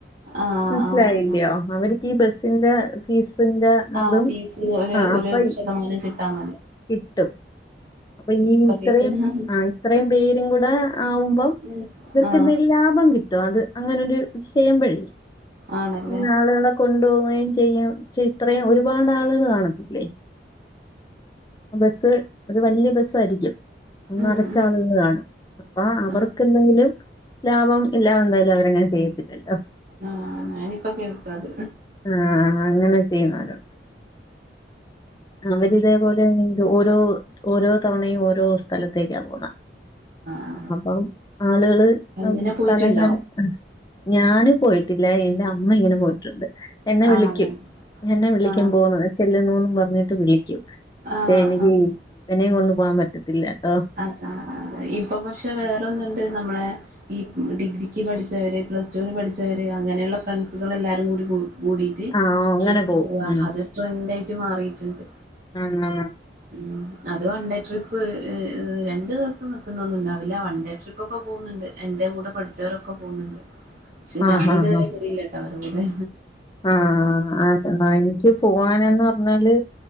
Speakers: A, on the right (about 50°); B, on the left (about 25°).
A: ആഹ്
B: മനസിലായില്യോ?
A: ആഹ് ആഹ്
B: അവര്ക്കി ബസ്സിന്റെ ഫീസിന്റെ
A: ആഹ്
B: അതും
A: പീസ്ന് ഒരു
B: ആഹ്
A: ഒരു
B: അപ്പൊ
A: ശതമാനം കിട്ടാ വാണ്ടി.
B: കിട്ടും. അപ്പ ഇന്നിം ഇത്രേം
A: കേക്കുന്ന
B: ആഹ് ഇത്രേം പേരു കൂടെ ആവുമ്പം
A: ഉം
B: ഇവർക്കെന്തെൽ
A: ആഹ്
B: ലാഭം കിട്ടും അത് അങ്ങനൊരു ചെയ്യമ്പഴേ
A: ആണല്ലേ
B: ഇങ്ങനെ ആള്കളെ കൊണ്ടോവുകയും ചെയ്യാം ചെഇത്രേം ഒരുപാട് ആളുകൾ കാണത്തില്ലേ. അ ബസ് ഒരു വല്ല്യ ബസ്സാരിക്കും
A: ഉം
B: നറച്ചാളുകൾ
A: ഉം
B: കാണും അപ്പ അവർക്ക്
A: ആഹ്
B: എന്തെങ്കിലും ലാഭം ഇല്ലാതെന്തായാലവരങ്ങനെ ചെയ്യത്തില്ലല്ലോ.
A: ആഹ് ആഹ് ഞാനിപ്പ കേൾക്കാത്
B: ആഹ് ആഹ് അങ്ങനെ ചെയ്യുന്നോര ആഹ് അവരിതേപോലെ ഓരോ ഓരോ തവണയും ഓരോ സ്ഥലത്തേക്കാ പോണെ.
A: ആഹ്
B: അപ്പം ആളുകള്
A: അങ്ങനെ
B: അം
A: പോയിട്ടുണ്ടോ
B: സ്ഥലകാണി ഞാന് പോയിട്ടില്ല എന്റെ അ മ്മ ഇങ്ങനെ പോയിട്ടുണ്ട്. എന്നെ
A: ആഹ്
B: വിളിക്കും എന്നെ വിളിക്കും
A: ആഹ്
B: പോന്നോ ചെല്ലുന്നോന്ന് പറഞ്ഞിട്ട് വിളി ക്കും
A: ആഹ്
B: പക്ഷെ എനിക്ക്
A: ആഹ്
B: ഇവനേം കൊണ്ടു പോവാൻ പറ്റത്തില്ല. ട്ടോ
A: ആഹ് ആഹ് ഇപ്പൊ പക്ഷെ വേറൊന്ന്ണ്ട് നമ്മളെ ഈ ഡിഗ്രിക്ക് പഠിച്ചവര് പ്ലസ് ടുവിന് പഠിച്ചവര് അങ്ങനെയുള്ള ഫ്രണ്ട്സുകള് എല്ലാരുകൂടി കൂടി ട്ട്
B: ആഹ് ഓ അങ്ങനെ
A: ട്രിപ്പോവ
B: പോവും ഉം
A: അതൊരു ട്രെൻ്റായിട്ട് മാറീട്ട്ണ്ട്.
B: ആന്നേ
A: ഉം അത് വൺഡേ ട്രിപ്പ് ഏഹ് രണ്ട് ദിവസം നിക്ക്ന്നൊന്നുവുണ്ടാവില്ല വൺ ഡേ ട്രിപ്പൊക്കെ പോവുന്ന്ണ്ട് എൻ്റെ കൂടെ പഠിച്ചവരൊക്കെ പോവുന്ന്ണ്ട് പക്ഷെ
B: ആഹ്
A: ഞാനിതുവരെ
B: ആഹ് ആഹ്
A: കൂടിയില്ലട്ടോ അവരെ കൂടെ
B: ആഹ് ആഹ് എന്ന എനിക്ക് പോവാനന്ന് പറഞ്ഞാല്